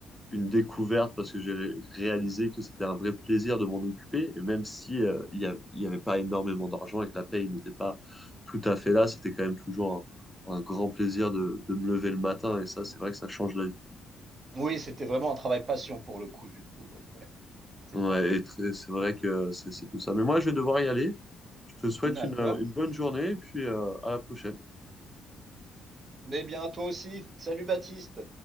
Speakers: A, in the centre; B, on the right.
A: une découverte parce que j'ai ré- réalisé que c'était un vrai plaisir de m'en occuper. Et même si euh, il y a- il y avait pas énormément d'argent et que la paye n'était pas tout à fait là, c'était quand même toujours un, un grand plaisir de, de me lever le matin. Et ça, c'est vrai que ça change la vie.
B: Oui, c'était vraiment un travail passion pour le coup, du coup. euh, Ouais, je
A: Ouais,
B: pense.
A: et très- c'est vrai que c'est c'est tout ça. Mais moi, je vais devoir y aller. Je te souhaite
B: D'accord.
A: une, une bonne journée et puis euh, à la prochaine.
B: Mais bien à toi aussi. Salut Baptiste.